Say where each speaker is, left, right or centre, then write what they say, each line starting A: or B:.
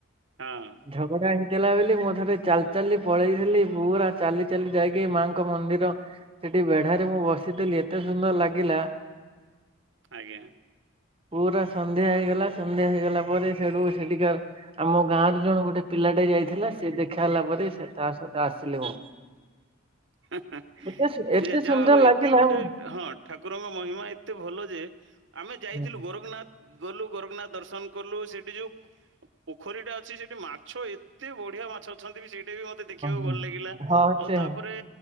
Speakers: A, on the right; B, on the right.
A: ହଁ।
B: ଝଗଡା ହେଇଥିଲା ବୋଲି ମୁଁ ଥରେ ଚାଲି ଚାଲି ପଳେଇଥିଲି ପୁରା ଚାଲି। ଚାଲି ଯାଇକି ମାଙ୍କ ମନ୍ଦିର ସେଠି ବେଢାରେ ମୁଁ ବସିଥିଲି ଏତେ ସୁନ୍ଦର ଲାଗିଲା।
A: ଆଜ୍ଞା।
B: ପୁରା ସନ୍ଧ୍ୟା ହେଇଗଲା ସନ୍ଧ୍ୟା ହେଇଗଲା ପରେ ସେଠୁ ସେଠିକି। ଆମ ଗାଁରୁ ଜଣ ଗୋଟେ ପିଲାଟେ ଯାଇଥିଲା ସେ ଦେଖା ହେଲା ପରେ ସେ ତା ସହିତ ଆସିଲି ମୁଁ।
A: ହିଁ ହିଁ
B: ଏତେ ସୁ
A: ଯିଏ
B: ଏତେ
A: ଯାହା
B: ସୁନ୍ଦର
A: ଆଉ ଏତିକି
B: ଲାଗିଲା
A: ଗୋଟେ
B: ମୁଁ
A: ହଁ ଠାକୁରଙ୍କ ମହିମା ଏତେ ଭଲ ଯେ। ଆମେ ଯାଇଥିଲୁ
B: ହଁ
A: ଗୋରଖନାଥ ଗଲୁ ଗୋରଖନାଥ ଦର୍ଶନ କଲୁ ସେଠି ଯୋଉ। ପୋଖରୀଟା ଅଛି ସେଠି ମାଛ ଏତେ ବଢିଆ ମାଛ ଅଛନ୍ତି ବି ସେଇଟା ବି। ମତେ ଦେଖିବାକୁ
B: ହଁ।
A: ଭଲ ଲାଗିଲା
B: ହଁ
A: ଆଉ
B: ସେ
A: ତାପରେ।